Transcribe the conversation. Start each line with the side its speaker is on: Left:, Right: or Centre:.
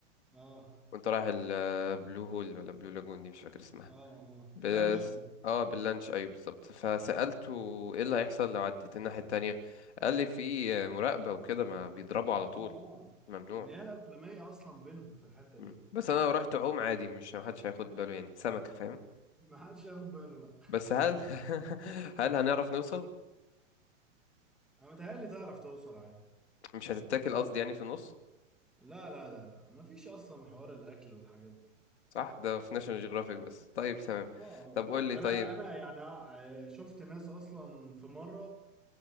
Centre: اه
Left: وانت رايح البلو هول ولا بلو لاجون دي مش فاكر اسمها
Centre: اه اه
Left: بس
Centre: اللانش ده.
Left: اه باللانش ايوه بالظبط فسألته ايه اللي هيحصل لو عديت الناحيه التانية قال لي في آه، مراقبه وكده ما بيضربوا على طول
Centre: اه اه
Left: ممنوع
Centre: مياه اقليميه اصلا بينهم في الحته
Left: مم.
Centre: دي
Left: بس انا لو رحت اعوم عادي مش محدش هياخد باله يعني سمكه فاهم
Centre: ما حدش ياخد باله لا
Left: بس هل <laughs> هل هنعرف نوصل
Centre: انا متهيألي تعرف توصل عادي
Left: مش هتتاكل قصدي يعني في النص
Centre: لا لا لا لا ما فيش اصلا حوار الاكل والحاجات دي
Left: صح ده في ناشونال جيوغرافيك بس طيب تمام
Centre: اه
Left: طب قول لي
Centre: اه
Left: طيب
Centre: انا انا يعني آه، شفت ناس اصلا في مره